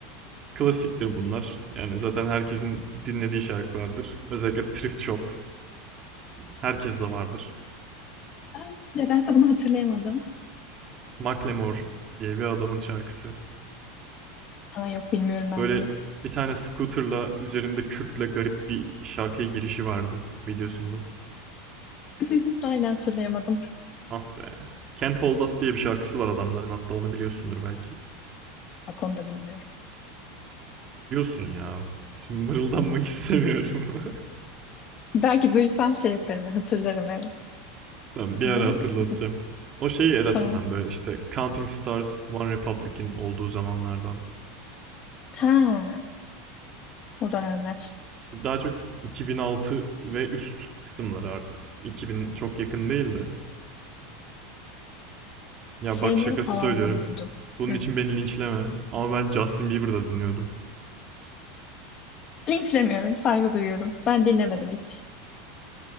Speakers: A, on the right; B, on the left.
A: Klasiktir bunlar. Yani zaten herkesin dinlediği şarkılardır. Özellikle Thrift Shop. Herkes de vardır.
B: Ben nedense bunu hatırlayamadım.
A: Macklemore diye bir adamın şarkısı.
B: Aa yok bilmiyorum ben
A: Böyle
B: bunu.
A: bir tane scooter'la üzerinde kürkle garip bir şarkıya girişi vardı videosunda.
B: <laughs> Hala hatırlayamadım.
A: Ah be. Can't Hold Us diye bir şarkısı var adamların hatta onu biliyorsundur belki.
B: Bak onu da bilmiyorum.
A: Biliyorsun ya. Şimdi mırıldanmak istemiyorum. <laughs>
B: Belki duysam şey yaparım. Hatırlarım evet.
A: Tamam, bir
B: Ama
A: ara hatırlatacağım.
B: bu
A: O şeyi erasından
B: tamam.
A: böyle işte Counting Stars, One Republic'in olduğu zamanlardan.
B: Ha o dönemler.
A: Daha çok 2006 ve üst kısımları artık. 2000 çok yakın değildi. Ya
B: Şeyleri
A: bak şakası
B: falan
A: söylüyorum.
B: dinliyordum.
A: Bunun
B: Hı.
A: için beni linçleme. Ama ben Justin Bieber'da dinliyordum.
B: Linçlemiyorum, saygı duyuyorum. Ben dinlemedim hiç.